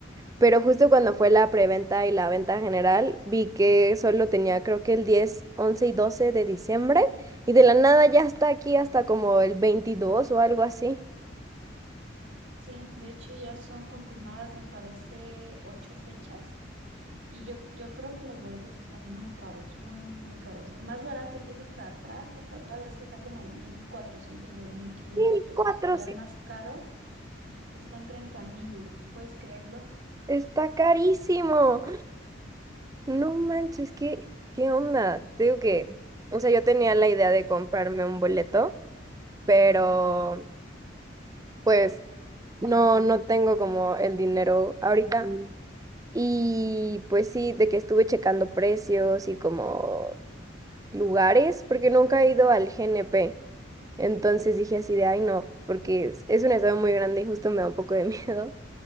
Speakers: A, on the right (about 20°); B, on the right (about 65°).
A: Pero justo cuando fue la preventa y la venta general, vi que solo tenía creo que el 10, 11 y 12 de diciembre, y de la nada ya está aquí hasta como el veintidós o algo así.
B: Sí, de hecho ya son confirmadas, me parece, ocho fechas y yo, yo creo que los boletos están muy caros, muy, muy, muy caros. El más barato que es hasta atrás, hasta atrás, es que está como en 1.400, en 1.500
A: 1004,
B: pesos y ya
A: sí.
B: el más caro está en 30.000, ¿puedes creerlo?
A: Está carísimo. No manches, ¿qué, qué onda? Te digo que, o sea, yo tenía la idea de comprarme un boleto, pero pues no, no tengo como el dinero ahorita. Mm. Y pues sí, de que estuve checando precios y como lugares, porque nunca he ido al GNP. Entonces dije así de, ay no, porque es, es un estado muy grande y justo me da un poco de <laughs> miedo.